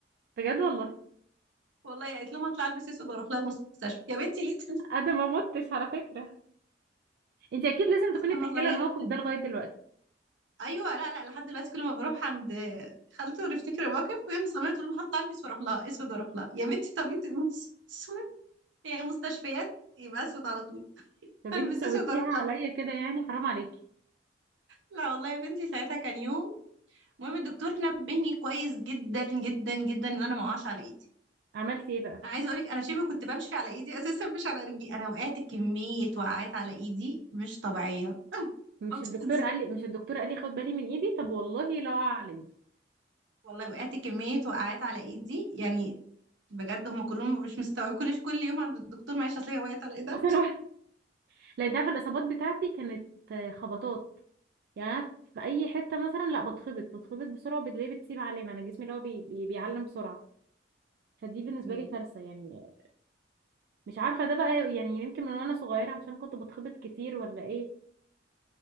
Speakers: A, on the right; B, on the right.
A: بجد والله
B: والله قالت لهم هطلع البس اسود واروح لها المستشفى يا بنتي ليه تلبسي
A: انا ما متش على فكره انت اكيد لازم
B: أسود؟
A: تكوني
B: كنا
A: بتحكي
B: صغيرين
A: لها الموقف ده لغايه دلوقتي
B: ايوه لا لا لحد دلوقتي كل ما بروح عند خالته ونفتكر الموقف وهي مصممه تقول لي هطلع البس واروح لها اسود واروح لها يا بنتي طب انت <laughs> مس- اسود هي مستشفيات يبقى اسود على طول
A: طب
B: هلبس
A: انت سويتيها
B: اسود واروح
A: عليا
B: لها
A: كده يعني حرام عليكي
B: لا والله يا بنتي ساعتها كان يوم المهم الدكتور نبهني كويس جدا جدا جدا ان انا ما اقعش على ايدي
A: عملتي ايه بقى
B: انا عايزه اقولك انا شبه كنت بمشي على ايدي <laughs> اساسا مش على رجلي انا وقعت كميه وقعات على ايدي مش طبيعيه
A: مش
B: الفترة
A: الدكتور
B: دي
A: قال لي مش الدكتور قال لي خد بالي من ايدي طب والله لا اعلم
B: والله وقعت كمية وقعات على ايدي يعني بجد هم كلهم مش مستوعبين كل كل يوم عند الدكتور معلش اصل هي وقعت على ايه ده
A: اصل انا <laughs> لا انت عارفه الاصابات بتاعتي كانت آه، خبطات يعني أنا في اي حته مثلا لا بتخبط بتخبط بسرعه وبتلاقيه بتسيب علامه انا جسمي اللي هو بي... بي... بيعلم بسرعه فدي بالنسبة
B: ايه
A: لي كارثة يعني مش عارفة ده بقى يعني يمكن من وانا صغيرة عشان كنت بتخبط كتير ولا ايه